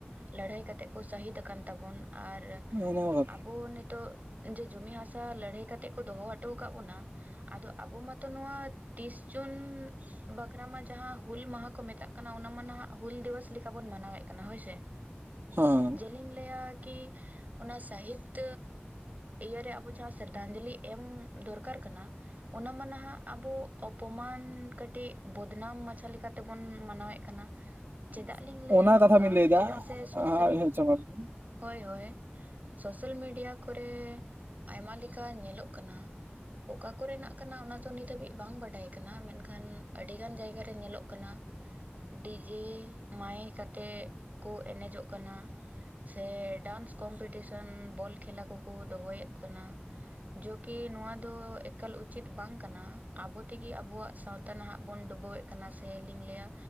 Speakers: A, on the right (about 45°); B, on the right (about 80°).
A: ᱞᱟᱹᱲᱦᱟᱹᱭ ᱠᱟᱛᱮᱜ ᱠᱚ ᱥᱟᱹᱦᱤᱫ ᱟᱠᱟᱱ ᱛᱟᱵᱚᱱ ᱟᱨ
B: ᱦᱮᱸ ᱚᱱᱟ
A: ᱟᱵᱚ ᱱᱤᱛᱚᱜ, ᱡᱮ ᱡᱩᱢᱤ ᱦᱟᱥᱟ ᱞᱟᱹᱲᱦᱟᱹᱭ ᱠᱟᱛᱮᱜ ᱠᱚ ᱫᱚᱦᱚ ᱦᱚᱴᱚ ᱟᱠᱟᱫ ᱵᱚᱱᱟ, ᱟᱫᱚ ᱟᱵᱚ ᱢᱟᱛᱚ ᱱᱚᱣᱟ ᱛᱤᱥ ᱡᱩᱱ, ᱵᱟᱠᱷᱨᱟ ᱢᱟ ᱡᱟᱦᱟᱸ ᱦᱩᱞ ᱢᱟᱦᱟ ᱠᱚ ᱢᱮᱛᱟᱜ ᱠᱟᱱᱟ ᱚᱱᱟ ᱢᱟ ᱱᱷᱟᱜ ᱦᱩᱞ ᱫᱤᱵᱚᱥ ᱞᱮᱠᱟ ᱵᱚᱱ ᱢᱟᱱᱟᱣᱮᱫ ᱠᱟᱱᱟ ᱦᱳᱭᱥᱮ,
B: ᱦᱮᱸ
A: ᱡᱮᱞᱤᱧ ᱞᱟᱹᱭᱟ ᱠᱤ ᱚᱱᱟ ᱥᱟᱹᱦᱤᱫᱽ ᱤᱭᱟᱹᱨᱮ ᱟᱵᱚ ᱡᱟᱦᱟᱸ ᱥᱨᱽᱫᱧᱡᱚᱞᱤ ᱮᱢ ᱫᱚᱨᱠᱟᱨ ᱠᱟᱱᱟ, ᱚᱱᱟ ᱢᱟ ᱱᱷᱟᱜ ᱟᱵᱚ ᱚᱯᱚᱢᱟᱱ ᱠᱟᱹᱴᱤᱡ ᱵᱚᱫᱱᱟᱢ ᱢᱟᱪᱷᱟ ᱞᱮᱠᱟ ᱛᱮᱵᱚᱱ ᱢᱟᱱᱟᱣᱮᱫ ᱠᱟᱱᱟ
B: <inaudible>
A: ᱾ ᱪᱮᱫᱟᱜ ᱞᱤᱧ ᱞᱟᱹᱭᱟ
B: ᱚᱱᱟ
A: ᱱᱚᱝᱠᱟ
B: ᱠᱟᱛᱷᱟ ᱵᱤᱱ ᱞᱟᱹᱭ ᱮᱫᱟ
A: ᱪᱮᱫᱟᱜ ᱥᱮ ᱥᱳᱥᱟᱞ
B: ᱟᱪᱪᱷᱟ ᱢᱟ ᱞᱟᱹᱭ ᱵᱤᱱ
A: ᱦᱳᱭ ᱦᱳᱭ, ᱥᱳᱥᱟᱞ ᱢᱤᱰᱤᱭᱟ ᱠᱚᱨᱮ ᱟᱭᱢᱟ ᱞᱮᱠᱟ ᱧᱮᱞᱚᱜ ᱠᱟᱱᱟ ᱾ ᱚᱠᱟ ᱠᱚᱨᱮᱱᱟᱜ ᱠᱟᱱᱟ ᱚᱱᱟ ᱫᱚ ᱱᱤᱛ ᱦᱟᱹᱵᱤᱡ ᱵᱟᱝ ᱵᱟᱰᱟᱭ ᱠᱟᱱᱟ ᱢᱮᱱᱠᱷᱟᱱ ᱟᱹᱰᱤ ᱜᱟᱱ ᱡᱟᱭᱜᱟ ᱨᱮ ᱧᱮᱞᱚᱜ ᱠᱟᱱᱟ ᱾
B: <inaudible>
A: ᱰᱤᱡᱮ ᱢᱟᱭᱮᱠ ᱟᱛᱮᱫ ᱠᱚ ᱮᱱᱮᱡᱚᱜ ᱠᱟᱱᱟ ᱾ ᱥᱮ ᱰᱟᱱᱥ ᱠᱚᱢᱯᱤᱴᱤᱥᱮᱱ ᱵᱚᱞ ᱠᱷᱮᱞᱟ ᱠᱚ ᱠᱚ ᱫᱚᱦᱚᱭᱮᱫ ᱠᱟᱱᱟ ᱾ ᱡᱳᱠᱤ ᱱᱚᱣᱟ ᱫᱚ ᱮᱠᱟᱞ ᱩᱪᱤᱛ ᱵᱟᱝ ᱠᱟᱱᱟ ᱟᱵᱚ ᱛᱮ ᱜᱮ ᱟᱵᱚᱣᱟᱜ ᱥᱟᱶ ᱛᱟ ᱱᱷᱟᱜ ᱵᱚᱱ ᱰᱩᱵᱟᱹᱣᱮᱫ ᱠᱟᱱᱟ ᱥᱮ ᱞᱤᱧ ᱞᱟᱹᱭᱟ